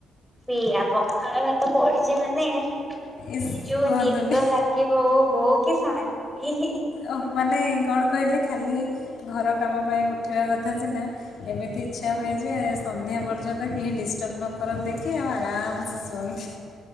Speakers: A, in the centre; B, on the left.
A: ପିଇଆ ପଖାଳ ଭାତ ପଡିଛି ମାନେ ସି
B: ଇସ୍
A: ଯୋଉ
B: କୁହନ୍ତୁନି
A: ନିଦ ଲାଗିବ ଓହୋ କି ଶାନ୍ତି।
B: ଓ ମାନେ କଣ କହିଲେ ଖାଲି ଘର କାମ ପାଇଁ ଉଠିବା କଥା ସିନା ଏମିତି ଇଚ୍ଛା
A: ହୁଁ
B: ହୁଏ ଯେ ସନ୍ଧ୍ୟା ପର୍ଯ୍ୟନ୍ତ କେହି ଡିଷ୍ଟର୍ବ ନ କରନ୍ତି କି ଆଉ ଆରାମସେ ଶୁଅନ୍ତି।